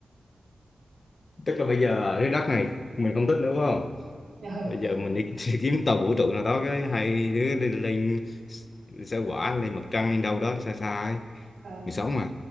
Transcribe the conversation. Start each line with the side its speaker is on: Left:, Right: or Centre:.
Left: tức là bây giờ cái đất này mình không thích nữa phải không
Right: đi <laughs>
Left: bây giờ mình đi <laughs> kiếm tàu vũ trụ nào đó cái hai đứa đi lên sao hỏa lên mặt trăng lên đâu đó xa xa ấy
Right: ừ
Left: mình sống mà